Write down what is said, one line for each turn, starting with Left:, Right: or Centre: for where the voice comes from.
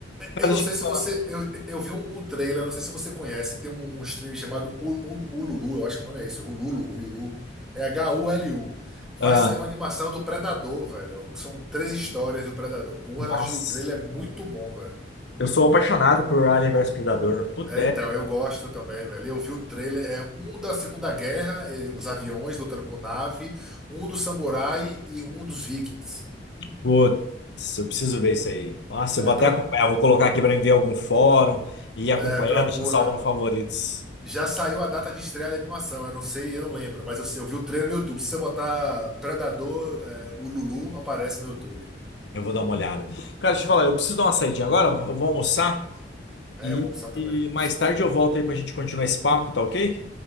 Left: Cara,
Centre: Eu não
Left: deixa
Centre: sei
Left: eu te
Centre: se
Left: falar.
Centre: você. Eu, eu vi um, um trailer, não sei se você conhece. Tem um, um stream chamado U- U- Ululu, eu acho que o nome é esse. Hululu, Ululu. É H-U-L-U. Vai
Left: Ah,
Centre: sair uma animação do Predador, velho. que São três histórias do Predador. Porra,
Left: nossa,
Centre: eu achei o trailer muito bom, velho.
Left: eu sou apaixonado por Alien vs Predador. Puta,
Centre: É,
Left: é
Centre: então, eu gosto também, velho. Eu vi o trailer, é um da Segunda Guerra, eh, os aviões lutando com nave, um do samurai e um dos vikings.
Left: Putz, eu preciso ver isso aí. Nossa, eu vou
Centre: É,
Left: até
Centre: pro-
Left: acompanhar, vou colocar aqui para ver algum fórum e ir acompanhando,
Centre: é, procura.
Left: deixa salvo no favoritos.
Centre: Já saiu a data de estreia da animação, eu não sei, eu não lembro, mas eu, sei, eu vi o trailer no YouTube. Se você botar Predador, é, o Lulu aparece no YouTube.
Left: Eu vou dar uma olhada. Cara, deixa eu falar, eu preciso dar uma saidinha agora, eu vou almoçar
Centre: É,
Left: e,
Centre: eu vou almoçar também.
Left: e mais tarde eu volto aí pra gente continuar esse papo, tá ok?